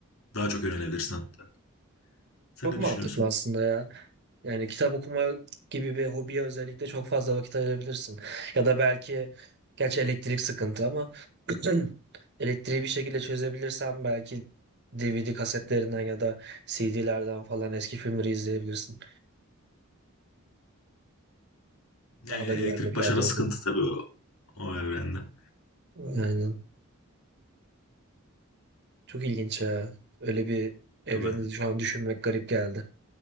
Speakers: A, on the left; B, on the right.
A: Daha çok yönelebilirsin hatta. Sen
B: Çok
A: ne
B: mantıklı
A: düşünüyorsun?
B: aslında ya. Yani kitap okuma gibi bir hobiye özellikle çok fazla vakit ayırabilirsin. <laughs> Ya da belki gerçi elektrik sıkıntı ama <clears throat> elektriği bir şekilde çözebilirsen belki DVD kasetlerinden ya da CD'lerden falan eski filmleri izleyebilirsin.
A: Yani
B: Daha
A: elektrik
B: da güvenli bir
A: başarı
B: yerde olur.
A: sıkıntı tabii O evrenden.
B: Aynen. Çok ilginç ya. Öyle bir evreni
A: Ya ben-
B: şu an düşünmek garip geldi.